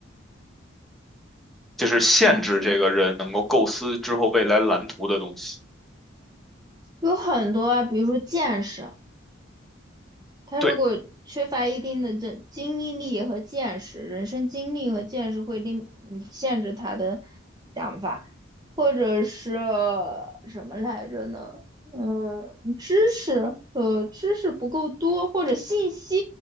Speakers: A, in the centre; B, on the right.
A: 就是限制这个人能够构思之后未来蓝图的东西。
B: 限制有很多啊，比如说见识。他如果缺乏一定的这经历和见识，
A: 对，
B: 人生经历和见识会令你限制他的想法，或者是什么来着呢？嗯，知识，呃，知识不够多，或者信息